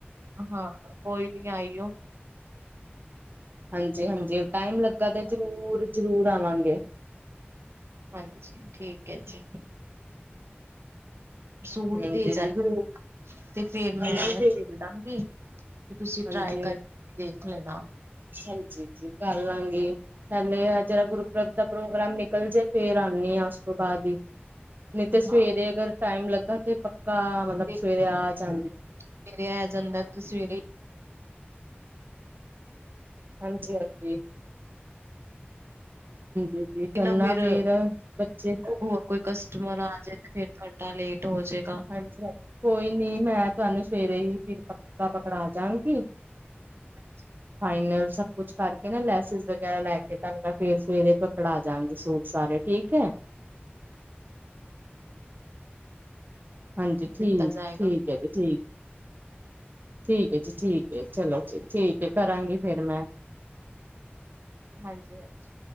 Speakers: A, on the right; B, on the right.
A: ਹਾਂ ਕੋਈ ਨੀ ਆਈਓ।
B: ਹਾਂਜੀ-ਹਾਂਜੀ ਟਾਈਮ ਲੱਗਾ ਤਾਂ ਜ਼ਰੂਰ- ਜ਼ਰੂਰ ਆਵਾਂਗੇ।
A: ਹਾਂਜੀ ਠੀਕ ਹੈ ਜੀ। ਸੂਟ
B: ਹਾਂਜੀ
A: ਦੇ ਜਾਣਾ,
B: ਜੀ ਜ਼ਰੂਰ
A: ਤੇ ਫੇਰ
B: ਹਾਂਜੀ
A: ਮੈਂ
B: ਜੀ
A: ਸ ਲਾਘੀ, ਤੇ ਤੁਸੀਂ ਟਰਾਈ
B: ਹਾਂਜੀ
A: ਕਰਕੇ ਦੇਖ ਲੈਣਾ
B: ਹਾਂਜੀ ਜੀ ਕਰ ਲਾਂਗੇ। ਪਹਿਲੇ ਜਿਹੜਾ ਗੁਰਪ੍ਰਬ ਦਾ ਪ੍ਰੋਗਰਾਮ ਨਿਕਲ ਜੇ ਫੇਰ ਆਉਂਦੀ ਹਾਂ ਉਸ ਤੋਂ ਬਾਅਦ। ਨਹੀਂ ਤੇ
A: ਹਾਂ
B: ਸਵੇਰੇ ਅਗਰ ਟਾਈਮ ਲੱਗਾ ਤੇ ਪੱਕਾ ਮਤਲਬ
A: ਤੇ
B: ਸਵੇਰੇ ਆ ਜਾਂਗੇ।
A: ਸਵੇਰੇ ਆ ਜਾਂਦਾ ਤੁਸੀ ਸਵੇਰੇ
B: ਹਾਂਜੀ -ਹਾਂਜੀ। ਹਾਂਜੀ ਜੀ ਕਰਨਾ
A: ਨਾ ਫੇਰ
B: ਬੱਚੇ
A: ਹੋਰ ਕੋਈ ਕਸਟਮਰ ਆ ਜੇ ਤੇ ਫਿਰ ਘੰਟਾ ਲੇਟ ਹੋ ਜਏਗਾ।
B: ਹਾਂਜੀ ਹਾਂ ਕੋਈ ਨੀ ਮੈਂ ਤੁਹਾਨੂੰ ਸਵੇਰੇ ਹੀ ਫਿਰ ਪੱਕਾ ਪਕੜਾ ਜਾਗੀ।
A: ਹਾਂਜੀ।
B: ਫਾਈਨਲ ਸਭ ਕੁਛ ਕਰਕੇ ਨਾ ਲੈਸਿਸ ਵਗੈਰਾ ਲੈ ਕੇ ਤ ਮੈਂ ਫੇਰ ਸਵੇਰੇ ਪਕੜਾ ਜਾਗੀ ਸੂਟ ਸਾਰੇ। ਠੀਕ ਐ ਹਾਂਜੀ, ਠੀਕ-ਠੀਕ
A: ਦਿੱਤਾ ਜਾਏਗਾ
B: ਐ ਜੀ ਠੀਕ ਠੀਕ ਐ ਜੀ, ਠੀਕ ਚਲੋ ਜੀ, ਠੀਕ ਕਰਾਂਗੇ ਫਿਰ ਮੈਂ
A: ਹਾਂਜੀ-ਹਾਂਜੀ।